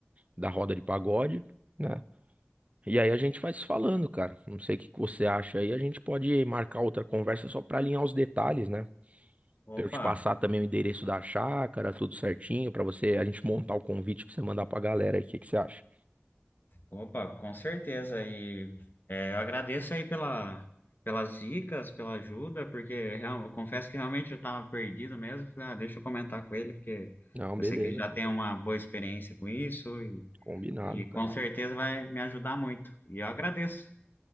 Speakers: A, on the right; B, on the left.
A: da roda de pagode, né? E aí a gente vai se falando, cara. Não sei o que que você acha aí. A gente pode marcar outra conversa só pra alinhar os detalhes, né? Pra
B: Opa,
A: eu te passar também o endereço da chácara, tudo certinho, pra você a gente montar o convite pra você mandar pra galera aí. O que que você acha?
B: Opa, com certeza. E é, eu agradeço aí pela, pelas dicas, pela ajuda, porque real- eu confesso que realmente eu estava perdido mesmo. Falei, ah, deixa eu comentar com ele, porque
A: Não,
B: eu
A: beleza.
B: sei que ele já
A: mano.
B: tem uma boa experiência com isso e,
A: Combinado,
B: e
A: cara.
B: com certeza vai me ajudar muito. E eu agradeço.